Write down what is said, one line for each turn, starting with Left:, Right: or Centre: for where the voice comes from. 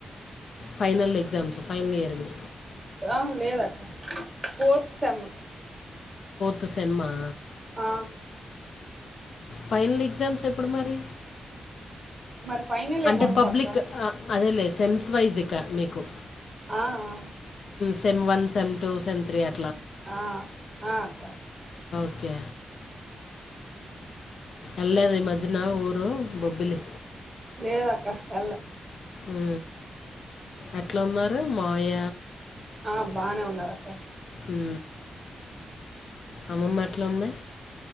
Left: ఫైనల్ ఎగ్జామ్స్ ఫైనల్ ఇయర్ వి
Right: ఆ లేదక్క ఫోర్త్ సెమ్
Left: త్ సెమ్ ఆ
Right: ఆ
Left: ఫైనల్ ఎగ్జామ్స్ ఎప్పుడు మరి
Right: మరి ఫైనల్
Left: అంటే
Right: ఏమి ఉండవు
Left: పబ్లిక్
Right: అక్క
Left: అదేలే సెమ్స్ వైజ్ ఇకా మీకు
Right: ఆ ఆ
Left: sem one sem two sem three అ
Right: ఆ అక్క
Left: ఓకే
Right: ఉ
Left: ఎలాది ఈ మజ్నా ఊరు బొబ్బిలి
Right: లేద అక్క వెళ్ళ
Left: ఉ ఎట్లా ఉన్నారు మాయ
Right: ఆ బానే ఉన్నారు అక్క
Left: ఉ అమ్మమ్మ అట్లా ఉంది